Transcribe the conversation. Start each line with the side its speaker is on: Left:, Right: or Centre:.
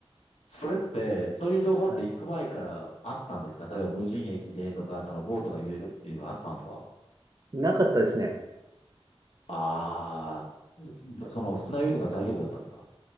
Left: それって、そういう情報って行く前からあったんですか例えば無人駅でとか、
Right: はい
Left: そのボートが揺れるっていうのはあったんですか
Right: なかったですね。
Left: ああー、その船酔いとか大丈夫だったんですか
Right: うん